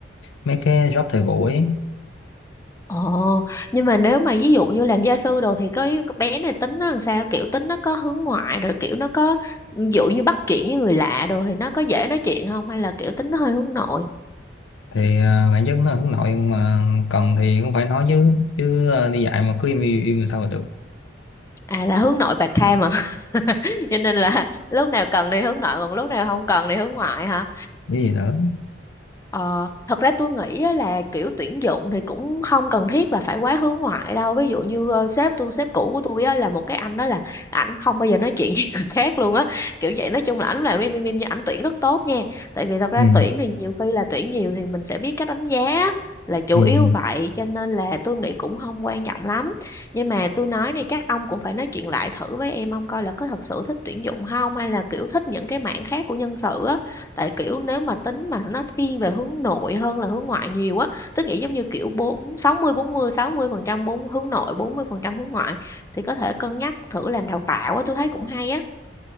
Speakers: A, on the left (about 85°); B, on the left (about 15°).
A: mấy cái job thời buổi ấy
B: ờ nhưng mà nếu mà ví dụ như làm gia sư đồ thì cái bé này tính nó làm sao kiểu tính nó có hướng ngoại rồi kiểu nó có ví dụ như bắt chuyện với người lạ đồ thì nó có dễ nói chuyện không hay là kiểu tính nó hơi hướng nội
A: thì à, bản chất nó là hướng nội mà cần thì cũng phải nói chứ chứ à, đi dạy mà cứ im im, im sao mà được
B: à là hướng nội bạc tham à <laughs> cho nên là lúc nào cần đi hướng nội còn lúc nào không cần đi hướng ngoại hả
A: cái gì nữa
B: Ờ, thật ra tôi nghĩ á là kiểu tuyển dụng thì cũng không cần thiết là phải quá hướng ngoại đâu. Ví dụ như ờ, sếp tôi, sếp cũ của tôi á, là một cái anh đó là ảnh không bao giờ nói chuyện <laughs> với người khác luôn á. Kiểu vậy nói chung là ảnh làm im im im nhưng ảnh tuyển rất tốt nha. Tại vì thật ra
A: ừ
B: tuyển thì nhiều khi là tuyển nhiều thì mình sẽ biết cách đánh giá là chủ
A: ừ
B: yếu
A: ừ.
B: vậy cho nên là tôi nghĩ cũng không quan trọng lắm. Nhưng mà tôi nói này chắc ông cũng phải nói chuyện lại thử với em ông coi là có thật sự thích tuyển dụng không hay là kiểu thích những cái mảng khác của nhân sự á tại kiểu nếu mà tính mà nó thiên về hướng nội hơn là hướng ngoại nhiều á tức nghĩa giống như kiểu bốn sáu mươi bốn mươi sáu mươi phần trăm bốn hướng nội bốn mươi phần trăm hướng ngoại thì có thể cân nhắc thử làm đào tạo á tôi thấy cũng hay á